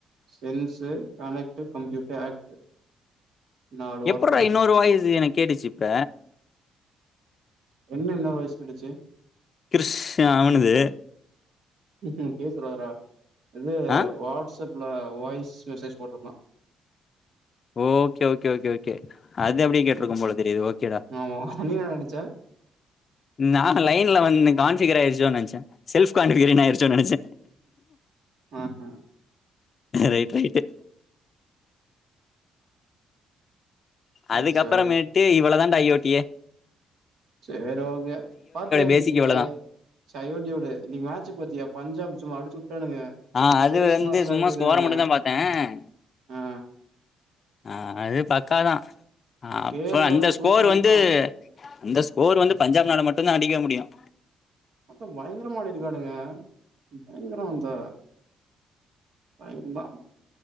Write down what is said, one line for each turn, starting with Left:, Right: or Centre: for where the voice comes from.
Right: சென்ஸு கனெக்ட் கம்ப்யூட் ஆக்ட் நாலு வார்த்தைகள்
Left: எப்புறா இன்னொரு வாயுஸ் எனக்கு கேட்டுச்சிப்ப
Right: என்ன என்ன வாயசு கேட்டுச்சு
Left: கிருஷ் அவனுது
Right: உம் மொக்கயா சொல்லாதரா இது
Left: ஆ
Right: வாட்சப்ல வாய்ஸ் மெசேஜ் போட்ருக்கலா
Left: ஓகே ஓகே ஓகே ஓகே அது அப்டியே கேட்டிருக்கோ
Right: ம்
Left: போல தெரியுது ஓகேடா
Right: ஆமா நீ என்ன நெனச்ச
Left: நா லைன்ல வந்து கா <unintelligible> செல்ஃப் கான்பெரென்ஸ் ஆயி ச்சே நெனச்சே
Right: ஆஹா
Left: ரைட் ரைட்டு் அதுக்கப்புறமேட்டு
Right: அச்சோ
Left: இவளதா யோட் ஏஹ்
Right: சர்ரி ஓகே பாத்தயா இன்னைக்கு
Left: பேசிக் இவ்வளதா
Right: சையோடியோடு நீ மாச்சு பாத்திய பஞ்சாப் சும்மா அடிச்சு வுட்டானுங்க
Left: ஆஹ் அது
Right: சேஸ்
Left: வந்து
Right: மாஸ்டர்
Left: சும்மா
Right: ஆக்கிட்டானுங்க
Left: ஸ்கோர மட்டும் தான் பாத்தேன்
Right: ஆ
Left: ஆஹ் அது பக்காதான் அப்புறம்
Right: கே எல் ராகுல்
Left: அந்த ஸ்கோர்
Right: தூக்கி வுட்டா
Left: வந்து அந்த ஸ்கோர் வந்து பஞ்சாப் நால மட்டும் தான் அடிக்க முடியும்
Right: மொத்தம் பயங்கரமாடிருக்கானுங்க பயங்கரம் இந்த பயங்கர தான்